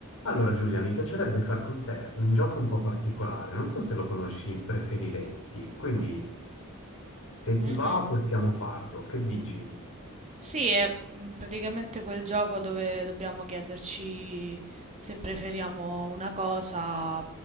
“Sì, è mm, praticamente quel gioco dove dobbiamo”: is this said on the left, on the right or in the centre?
Right